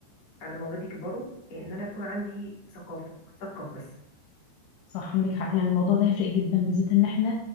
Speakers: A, on the left; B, on the left.
A: على ما ولادي يكبروا آه، ان انا يكون عندي ثقافه اتثقف بس
B: صح عندك حق يعني الموضوع ده هيفرق جدا بالذات ان احنا